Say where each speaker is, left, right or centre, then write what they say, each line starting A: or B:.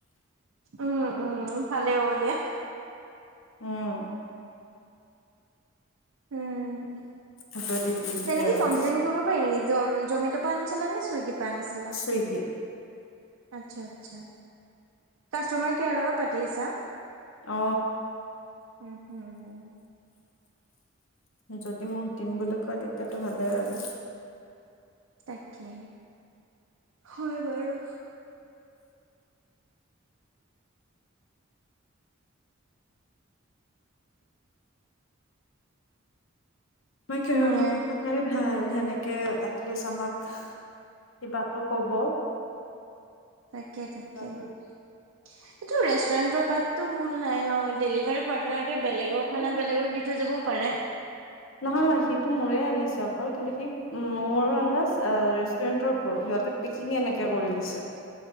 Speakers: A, on the right; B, on the left.
A: উম, উম, ভালে হ'ব দিয়া।
B: উম,
A: উম,
B: হাততে দি দিয়ে
A: তেনেকেই
B: আৰু
A: কমপ্লেইন কৰিব নেকি, জয়, জমেটপে আনিছিলা নে, চুইগি, পা আনিছিলা?
B: চুইগি
A: আচ্ছা, আচ্ছা, কাষ্টমাৰ কেয়াৰ লগত পাতি আছা?
B: অ,
A: উম, হম, উম।
B: যদি মোক দিম বুলি কয়, তেতিয়াতো ভালে আৰু।
A: তাকে, হয় বাৰু।
B: মই খেৰৰ
A: উম
B: লগত পাতাই ভাল, সেনেক কে, এলিষ্ট আমাক কিবাটো ক'ব।
A: তাকে, তাকে
B: কিবাতো
A: এইটো ৰেষ্টুৰেণ্টৰ গাতটো ভুল নাই ন, ডেলিভাৰী পাৰ ল'ৰাটোৱে
B: চাগে
A: বেলেগৰ
B: মোৰ এনেকুৱা
A: খানা, বেলেগক দি থৈ যাবও পাৰে।
B: নহয়-নহয়, সিটো মোৰে আনিছে অকল কিন্তু সি মোৰ আন্দাজ ৰেষ্টুৰেণ্টৰ ভুল সিহঁতে <unintelligible> এনেকে কৰি দিছে।